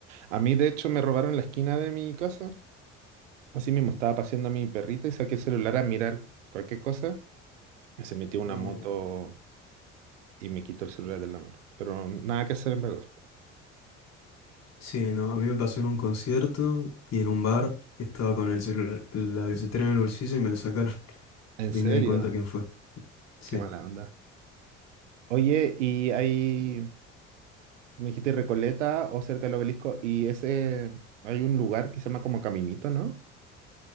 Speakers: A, on the right; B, on the left.
A: A mí, de hecho, me robaron en la esquina de mi casa. Así mismo, estaba paseando a mi perrita y saqué el celular a mirar cualquier cosa. y Se metió una
B: No.
A: moto y me quitó el celular de la mano. Pero nada que hacer en verdad.
B: Sí, no. A mí me pasó en un concierto y en un bar estaba con el celular, la billetera en el bolsillo y me la sacaron. <laughs>
A: En
B: De
A: serio,
B: ahí me di cuenta quién fue. Sí.
A: qué mala onda. Oye, y hay, me dijiste Recoleta o cerca del obelisco, y ese, hay un lugar que se llama como Caminito, ¿no?